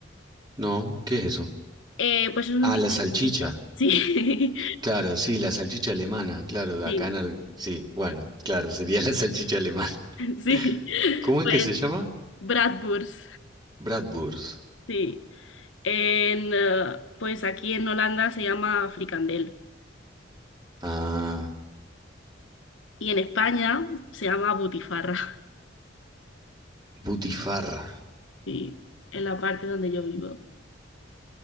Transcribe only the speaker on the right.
No, ¿qué es eso?
Ah,
la salchicha.
Claro, sí, la salchicha alemana, claro,
acá en Ar- Sí, bueno, claro, sería <laughs> la salchicha alemana.
<laughs> ¿Cómo es
que se llama?
Bratwurst.
Ah,
butifarra.